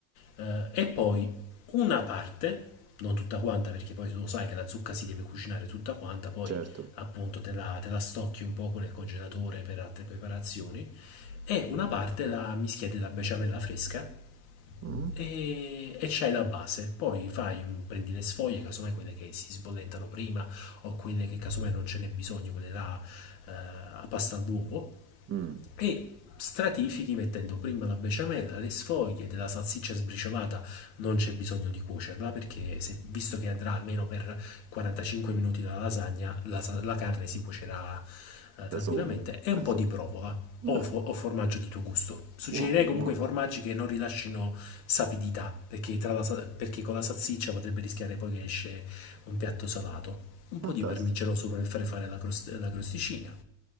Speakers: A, on the left (about 85°); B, on the right (about 35°).
A: eh, e poi una parte, non tutta quanta perché poi tu lo sai che la zucca si deve cucinare tutta quanta, poi
B: certo.
A: appunto te la, te la stocchi un poco nel congelatore per altre preparazioni, e una parte la mischia della besciamella fresca
B: Mhm.
A: e, e c'hai la base. Poi fai, un- prendi le sfoglie, casomai quelle che si sbollentano prima o quelle che casomai non ce n'è bisogno, quelle là eh, a pasta all'uovo,
B: Mm,
A: e stratifichi mettendo prima la besciamella, le sfoglie della salsiccia sbriciolata, non c'è bisogno di cuocerla perché se- visto che andrà almeno per 45 minuti la lasagna, la, sa- la carne si cuocerà eh, tranquillamente
B: da sola.
A: e un
B: Eh
A: po'
B: sì.
A: di provola
B: Eh,
A: o, fo- o formaggio di tuo gusto. Suggerirei
B: buono,
A: comunque
B: buono,
A: formaggi che non rilascino sapidità perché, tra la sa- perché con la salsiccia potrebbe rischiare poi che esce un piatto salato. Un
B: fantastico.
A: po' di parmigiano sopra per fare fare la, crost- la crosticina